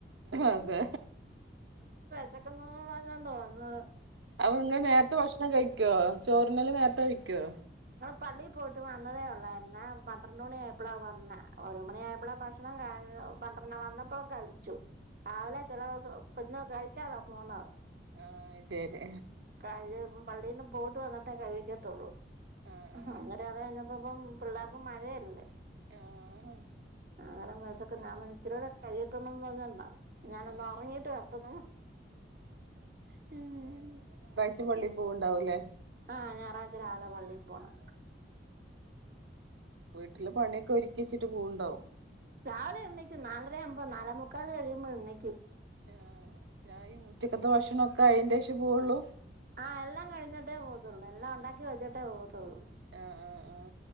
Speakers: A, on the right; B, on the right.
A: അതെ
B: ഉച്ചക്കുന്നു <unintelligible>
A: അപ്പ ഇങ്ങെ നേരത്തെ ഭക്ഷണം കഴിക്കോ? ചോറിനെല്ലം നേരത്തെ കഴിക്കോ
B: പള്ളീ പോയിട്ട് വന്നതേ ഒള്ളായിരുന്നെ. പന്ത്രണ്ട് മണി ആയപ്പളാ വ ന്നെ. ഒരു മണി ആയപ്പളാ ഭക്ഷണം ക. പന്ത്രണ് വന്നപ്പം കഴിച്ചു രാവിലെ ചെല ദിവസം പ്പന്ന് കഴിക്കാതാ പോന്നത്.
A: ആഹ ശരി
B: <unintelligible> പള്ളിന്ന് പോയിട്ട് വന്നിട്ടേ കഴിക്കത്തൊള്ളൂ <inaudible>
A: ആഹ്
B: ന്നിട്ട് അത് കഴിഞ്ഞപ്പോപ്പം പിള്ളേർക്കും മഴയല്ലേ
A: ആഹ്
B: അങ്ങനെ മനസ്സൊക്കെ ഞാൻപഞ്ഞു ഇച്ചിരിയൂടെ കഴിയട്ടെന്നും പറഞ്ഞോണ്ട ഞാനൊന്ന്
A: ആഹ്
B: ഉറങ്ങീട്ട് വരട്ടെന്നൂ <unintelligible>
A: റ്റ് പള്ളിയി പൂവണ്ടാവുംല്ലേ
B: ആഹ ഞായറാഴ്ച രാല പള്ളി പോണം.
A: വീട്ടില് പണിയൊക്കെ ഒരുക്കിച്ചിട്ട് പോവണ്ടാവും
B: രാവിലെ എണ്ണക്കും നാലര ആവുമ്പോ നാലാമുക്കാൽ കഴിയുമ്പോൾ എണ്ണക്കും.
A: ആ ചായ ഉച്ചക്കത്തെ ഭക്ഷണം ഒക്കെ അയിന്റെഷേ പോവുള്ളു
B: ആഹ എല്ലാം കഴിഞ്ഞിട്ടേ പോത്തുള്ളു എല്ലാം ഉണ്ടാക്കി വെച്ചിട്ടേ പോകത്തൊ ള്ളൂ.
A: ആഹ് ആഹ്